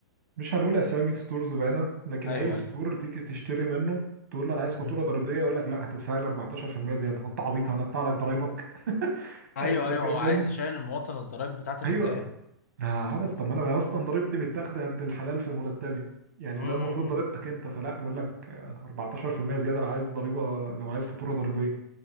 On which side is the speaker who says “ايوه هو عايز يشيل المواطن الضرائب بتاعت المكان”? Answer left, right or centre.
Left